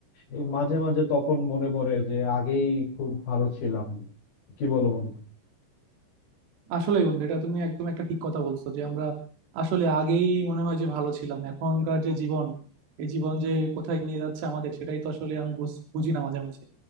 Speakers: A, on the left; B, on the right.
A: এই মাঝে মাঝে তখন মনে পড়ে যে আগেই খুব ভালো ছিলাম কি বলো বন্ধু
B: আসলেই বন্ধু এটা তুমি একদম একটা ঠিক কথা বলছো যে আমরা আসলে আগেই মনে হয় যে ভালো ছিলাম এখনকার যে জীবন এই জীবন যে কোথায় নিয়ে যাচ্ছে আমাদের সেটাই তো আসলে আমি বুঝ- বুঝি না মাঝে মাঝে